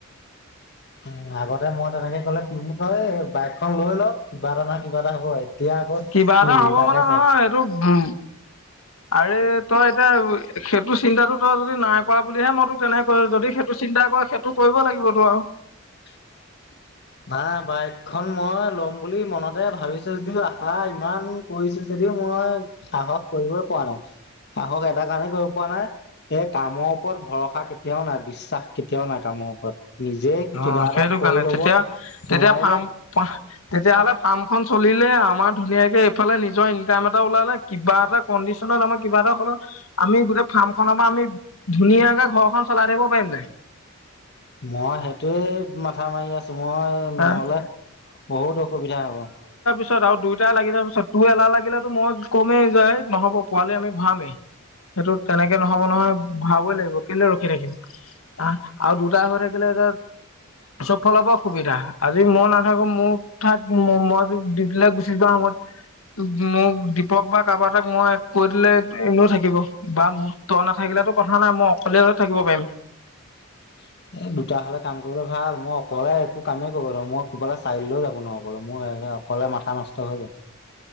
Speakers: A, on the left (about 55°); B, on the left (about 85°).
A: <unintelligible> উ আগতে মই তেনেকে ক'লে কি বুলি কয় এই বাইকখন লৈ লওক কিবা এটা নহয় কিবা এটা হ'ব। এতিয়া আকৌ
B: কিবা
A: কি
B: এটা
A: উল্টাকে
B: হ'ব মানে
A: কয়।
B: নহয় এইটো উ আৰে তই এতিয়া সেইটো চিন্তাটো তই যদি নাই কৰা বুলিহে মই তো কেনেক কৈ যদি সেইটো চিন্তা সেইটো কৰিব লাগিবতো আৰু
A: উ ভা বাইক খন মই ল'ম বুলি মনতে ভাবিছো যদিও আশা ইমান কৰিছো যদিও মই মই সাহস কৰিবই পোৱা নাই। সাহস এটা কাৰণে কৰিব পোৱা নাই এই কামৰ ওপৰত ভৰসা কেতিয়াও নাই বিশ্বাস কেতিয়াও নাই কাম নিজে
B: অ
A: কিবা এটা
B: সেইটো
A: কৰি
B: কাৰণে
A: ল'ব
B: তেতিয়া তেতিয়া
A: নোৱাৰিলে
B: ফাৰ্ম তেতিয়াহলে ফাৰ্ম খন চলিলে আমাৰ ধুনীয়াকে এইফালে নিজৰ ইনকাম এটা ওলালে কিবা এটা ত আমাৰ কিবা এটা হল আমি গোটেই ফাৰ্ম খনৰ পৰা আমি ধুনীয়াকে ঘৰখন চলাই থাকিব পাৰিম নাই
A: মই সেইটোয়ে মাথা মাৰি আছো মই
B: হা
A: নহলে বহুত অসুবিধা হ'ব
B: তাৰপিছত আৰু দুইটা লাগি যোৱাৰ পিছত তো এলাহ লাগিলেতো মই কমেই যে নহ'ব পোৱালি আমি ভৰামেই সেইটো তেনেকে নহব নহয় ভাবই লাগিব কিন্ত ৰখি থাকিম আহ আৰু দুটা হৈ থাকিলে এত চব ফল পৰা সুবিধা আজি মই নাথাকো মোৰ ঠাইত মই দি পেলাই গুচি যোৱা সময়ত মোক দীপক বা কাৰোব এটাক মই কৈ দিলে এনেও থাকিব বা ত নাথাকিব সিলাতো কথা নাই মই অকলে থাকিব পাৰিম
A: <unintelligible> এ দুটা হলে কাম কৰিবলে ভাল মই অকলে একো কামেই কৰিব মই কবালে চাইলৈও যাব ন অলে মোৰ অকলে মাথা নষ্ট হৈ যায়